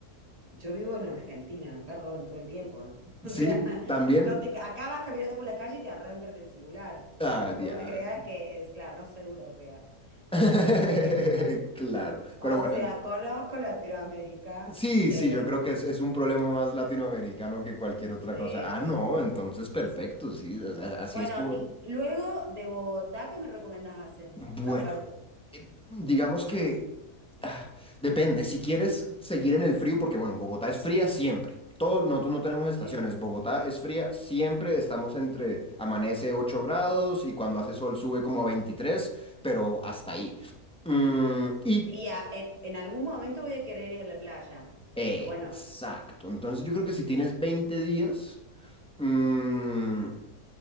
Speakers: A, on the right (about 25°); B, in the centre.
A: Yo vivo en Argentina, acá roban todo el tiempo, ¿no? <laughs>
B: sí,
A: O sea,
B: también.
A: no te, acá vas caminando por la calle y te arrancan el celular. No,
B: Ah,
A: tampoco
B: diablo.
A: te creas que es, claro, no soy europea.
B: <laughs>
A: <laughs> Tengo-
B: Claro.
A: o
B: Pero bueno.
A: sea, conozco Latinoamérica.
B: Sí,
A: eh,
B: sí, yo creo que es, es un problema más latinoamericano que cualquier otra
A: sí,
B: cosa. Ah,
A: por
B: no,
A: supuesto.
B: entonces perfecto, sí, o sea, así
A: Bueno,
B: es como...
A: y
B: es.
A: luego de Bogotá, ¿qué me recomendás hacer?
B: Bueno,
A: Aparte,
B: eh, digamos que ah, depende, si quieres seguir en el frío, porque bueno, Bogotá es fría siempre. Todos nosotros no tenemos estaciones,
A: sí.
B: Bogotá es fría siempre, estamos entre amanece 8 grados y cuando hace sol sube como a 23, pero hasta ahí. Mm, y
A: Y a- en, en algún momento voy a querer ir a la playa.
B: exacto,
A: Pero bueno,
B: entonces yo creo que si tienes 20 días... mm,